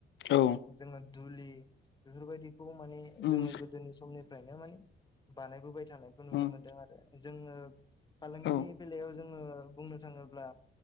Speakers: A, on the left; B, on the left.
A: औ
B: जोङो दुलि बेफोरबायदिखौ माने
A: उम
B: जोङो गोदोनि समनिफ्राय फ्रायनो माने बानायबोबाय थानायखौ नुनो
A: उम
B: मोनदों आरो। जोङो फालांगिनि
A: औ
B: बेलायाव जों ङो बुंनो थाङोब्ला